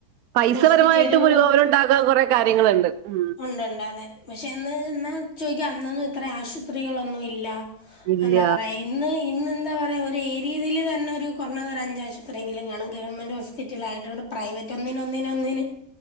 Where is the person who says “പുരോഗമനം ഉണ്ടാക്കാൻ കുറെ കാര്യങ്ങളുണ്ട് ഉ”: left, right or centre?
Right